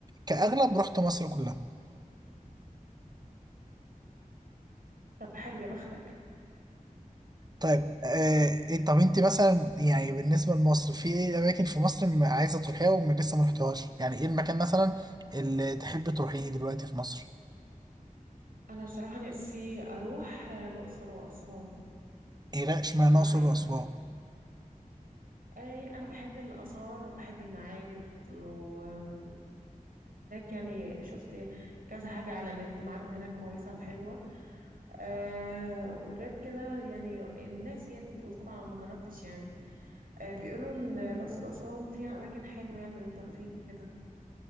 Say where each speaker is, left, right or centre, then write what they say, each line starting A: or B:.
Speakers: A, on the right; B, on the right.
A: كأغلب رحت مصر كلها
B: طب حلو يا بختك
A: طيب آه إيه- طب انت مثلا يعني بالنسبة لمصر في ايه أماكن في مصر م- عايزة تروحيها ولسه ما رحتهاش يعني ايه المكان مثلا اللي تحب تروحيه دلوقتي في مصر؟
B: انا بصراحه نفسي اروح آه، الاقصر واسوان
A: ايه لا اشمعنى
B: بصراحه
A: الأقصر
B: يعني
A: وأسوان؟
B: اي انا بحب الاثار وبحب المعابد وهناك يعني شفت كذا حاجه على النت معابد هناك كويسه وحلوه آه وغير كده يعني الناس هي اللي بتقول طبعا انا ما جربتش يعني آه بيقولوا ان الاقصر واسوان فيها اماكن حلوه يعني للترفيه وكده